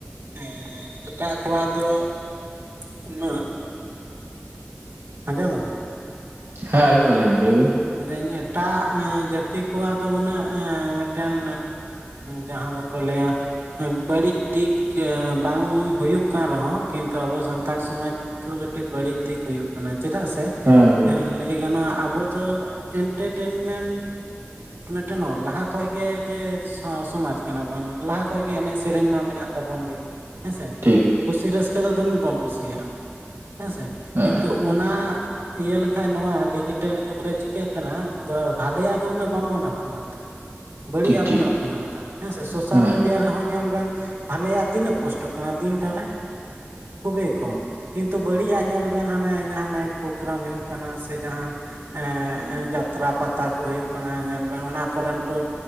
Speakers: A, on the right; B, on the right.
A: ᱦᱮᱸᱻ ᱮᱴᱟᱜ ᱠᱚᱣᱟᱜ ᱫᱚ <inaudible> ᱩᱱᱟᱹᱜ ᱟᱸᱡᱚᱢ ᱮᱫᱟᱢ?
B: ᱦᱮᱸ ᱟᱸᱡᱚᱢ ᱮᱫᱟᱞᱤᱧ ᱜᱚᱢᱠᱮ ᱞᱟᱹᱭᱵᱤᱱ ᱾
A: ᱢᱮᱱ ᱮᱫᱟᱹᱧ ᱮᱴᱟᱜ ᱡᱟᱹᱛᱤ ᱠᱚᱣᱟᱜ ᱫᱚ ᱩᱱᱟᱹᱜ ᱮᱻ ᱢᱤᱫᱴᱮᱱ ᱡᱟᱦᱟᱸ ᱫᱚ ᱠᱚ ᱞᱟᱹᱭᱟ ᱵᱟᱹᱲᱤᱡ ᱫᱤᱠ ᱵᱟᱝ ᱦᱩᱭᱩᱜ ᱠᱟᱱ ᱨᱮᱦᱚᱸ ᱠᱤᱱᱛᱩ ᱟᱵᱚ ᱥᱟᱱᱛᱟᱲ ᱥᱚᱢᱟᱡᱽ ᱠᱟᱹᱴᱤᱡ ᱵᱟᱹᱲᱤᱡ ᱫᱤᱠ ᱦᱩᱭᱩᱜ ᱠᱟᱱᱟ ᱪᱮᱫᱟᱜ ᱥᱮ
B: ᱦᱮᱸ ᱜᱚᱝᱠᱮ
A: <inaudible> ᱞᱟᱹᱭ ᱜᱟᱱᱚᱜ-ᱟ ᱟᱵᱚ ᱛᱚ ᱮᱱᱴᱟᱨᱴᱮᱱᱢᱮᱱᱴ ᱢᱤᱫᱴᱮᱱ ᱚᱞ ᱞᱟᱦᱟ ᱠᱷᱚᱡ ᱜᱮ ᱡᱮ ᱥᱟᱶ ᱥᱚᱢᱟᱡᱽ ᱠᱟᱱᱟᱵᱚᱱ ᱞᱟᱦᱟ ᱠᱷᱚᱡ ᱜᱮ ᱮᱱᱮᱡ ᱥᱮᱨᱮᱧ ᱢᱟ ᱢᱮᱱᱟᱜ ᱛᱟᱵᱚᱱ ᱜᱮ ᱦᱮᱸᱥᱮ ᱾
B: ᱴᱷᱤᱠ ᱾
A: ᱠᱩᱥᱤ ᱨᱟᱹᱥᱠᱟᱹ ᱫᱚ ᱫᱚᱢᱮ ᱵᱚᱱ ᱠᱩᱥᱤᱭᱟᱜ-ᱟ <inaudible> ᱦᱮᱸ ᱥᱮ,
B: ᱦᱮᱸ
A: ᱠᱤᱱᱛᱩ ᱚᱱᱟ ᱤᱭᱟᱹ ᱞᱮᱠᱷᱟᱡ ᱱᱚᱣᱟ ᱰᱤᱡᱤᱴᱮᱞ ᱡᱩᱜᱽ ᱨᱮ ᱪᱤᱠᱟᱹᱜ ᱠᱟᱱᱟ ᱵᱚ ᱵᱷᱟᱞᱮᱭᱟᱜ ᱫᱚ ᱩᱱᱟᱹᱜ ᱵᱟᱝᱵᱚᱱ ᱟᱯᱱᱟᱨ ᱮᱫᱟ ᱾ ᱵᱟᱹᱲᱤᱡ
B: ᱴᱷᱤᱠ
A: ᱟᱜ
B: ᱴᱷᱤᱠ
A: ᱵᱚᱱ ᱟᱯᱱᱟᱨ ᱮᱫᱟ ᱦᱮᱸ ᱥᱮ ᱾ ᱥᱳᱥᱟᱞ
B: ᱦᱮᱸ
A: ᱢᱤᱰᱤᱭᱟ ᱨᱮᱦᱚᱸ ᱧᱮᱞ ᱵᱮᱱ ᱵᱷᱟᱞᱮᱭᱟᱜ ᱛᱤᱱᱟᱹᱜ ᱯᱳᱥᱴ ᱚᱜ ᱠᱟᱱᱟ ᱫᱤᱱᱴᱟ ᱨᱮ ᱾ <inaudible> ᱠᱷᱩᱵᱮᱭ ᱠᱚᱢ ᱾ ᱠᱤᱱᱛᱩ ᱵᱟᱹᱲᱤᱡᱟᱜ ᱧᱮᱞ ᱵᱮᱱ ᱦᱟᱱᱮ ᱡᱟᱦᱟᱸ ᱱᱟᱭᱤᱴ ᱯᱨᱳᱜᱨᱟᱢ ᱦᱩᱭᱩᱜ ᱠᱟᱱᱟ ᱥᱮ ᱡᱟᱦᱟᱸ ᱮᱸᱻ ᱮᱸᱻ ᱡᱟᱛᱨᱟ ᱯᱟᱛᱟ ᱠᱚ ᱦᱩᱭᱩᱜ ᱠᱟᱱᱟ ᱧᱮᱞ ᱵᱮᱱ ᱚᱱᱟ ᱠᱚᱨᱮᱱ ᱯᱟᱹ